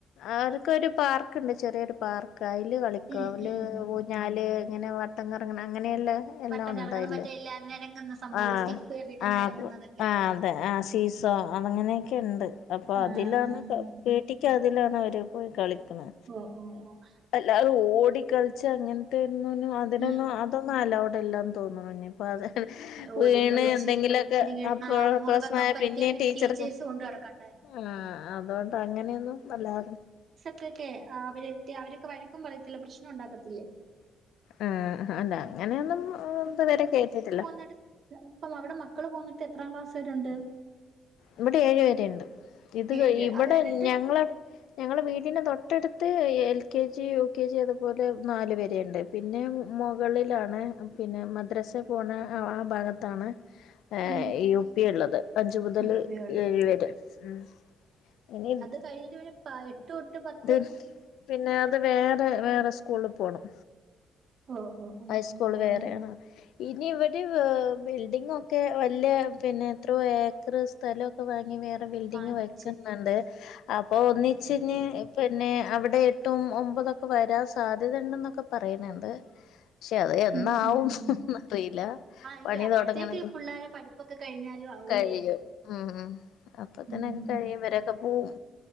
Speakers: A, on the left (about 80°); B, on the right (about 55°).
A: അവർക്കൊരു പാർക്ക്ണ്ട് ചെറിയൊരു പാർക്ക് അയ്ല് കളിക്കും
B: ഉം
A: അവല്
B: ഉം.
A: ഒ ഞാല് ഇങ്ങനെ വട്ടം കറങ്ങണ അങ്ങനെയിള്ള എല്ലാം
B: വട്ടം കറങ്ങുന്ന
A: ഉണ്ടായില്
B: മറ്റേ എല്ലാ നെരങ്ങുന്ന സംഭവം
A: ആഹ്
B: സ്റ്റെപ്പ് കേറിയിട്ട്
A: ആഹ്
B: നെരങ്ങുന്നതൊക്കെ.
A: ആഹ് അതെ ആ ശ സൊ അതങ്ങനെയൊക്കെ ഉണ്ട് അപ്പൊ
B: ആഹ്.
A: അതിലാ പീട്ടിക്ക് അതിലാണ് അവര് പോയി കളിക്ക്ണെ
B: ഓഹ് ഓഹ് ഓഹ്
A: അല്ലാതെ ഓടിക്കളിച്ച് അങ്ങനത്തെന്നിനും അതിനൊന്നും
B: ഉം.
A: അതൊന്നും അലൗഡ് അല്ലാന്ന് തോന്നുണു. അതെ
B: ഓടിക്കളിച്ച്
A: വീണ് എന്തെങ്കിലുക്കെ
B: വീ
A: അപ്പം
B: ആ മുറിവൊക്കെ പറ്റിയാ
A: പിന്നേം
B: പിന്നെ
A: ടീച്ചർക്കും
B: ടീച്ചേഴ്സ് കൊണ്ട് നടക്കണ്ടേ
A: ആഹ് അതോണ്ട് അങ്ങനെയൊന്നും വല്ലാതെ
B: ക്കെ ക്കെ അവര് അവരൊക്കെ വഴക്കും പറയത്തില്ല പ്രശ്നം ഉണ്ടാക്കത്തില്ലേ?
A: ആഹ് അല്ല അങ്ങനെയൊന്നും ഇതുവരെ കേട്ടിട്ടില്ല
B: ന്നിട്ട് അവിടെ മക്കള് പോന്നിട്ട് എത്രാം ക്ലാസ്സുകാരുണ്ട്
A: ഇവിടെ ഏഴു വരെയുണ്ട് ഇത് കഴി
B: ഏഴ്
A: ഇവിടെ
B: അത് കഴിഞ്ഞിട്ട്
A: ഞങ്ങളെ ഞങ്ങളെ വീടിന് തൊട്ടടുത്ത് L K G U K G അതുപോലെ നാല് വരെയുണ്ട് പിന്നെ മൊകളിലാണ് പിന്നെ മദ്രാസേ പോണെ ആ ഭാഗത്താണ് ഏയ്
B: ഉം
A: യു പി ഉള്ളത് അഞ്ചു മുതല്
B: യു പി ഉള്ളത്
A: ഏഴ്‌വരെ ഉം ഇനി
B: <unintelligible> തോട്ട് പത്
A: ത് പിന്നെ അത് വേറെ വേറെ സ് കൂള് പോണം
B: ഓ ഓ ഓ
A: ഹൈസ്കൂള്
B: ഓ അങ്ങനെ
A: വേറെയാണ് ഇനി ഇവിടെ ബിൽഡിംഗൊക്കെ വലിയ പിന്നെ എത്രയോ ഏക്കറ് സ്ഥലോക്കെ വാങ്ങി വേറെ ബിൽഡിങ്
B: വാങ്ങിച്ച്
A: വെക്കുന്നുണ്ട് അപ്പോ ഒന്നിച്ചെഞ്ഞേ
B: ഉം
A: പിന്നെ അവിടെ എട്ടും ഒമ്പതൊക്കെ വരാൻ സാധ്യത ഇണ്ടെന്നൊക്കെ പറയണ് ണ്ട് പഷേ അത് എന്നാവുംന്ന്
B: ഉം ഉം ഉം
A: അറിയില്ല
B: ഇല്ല
A: പണി
B: അപ്പഴത്തേക്ക്
A: തൊടങ്ങ്ണെള്ളൂ.
B: പിള്ളേരെ പ്പൊക്കെഴ്ഞ്ഞാലും ആ ആവൂലേ
A: കഴിയും ഉം അപ്പ തന്നെക്കെ
B: ഉം
A: കഴിയും വരൊക്കെ പോവും.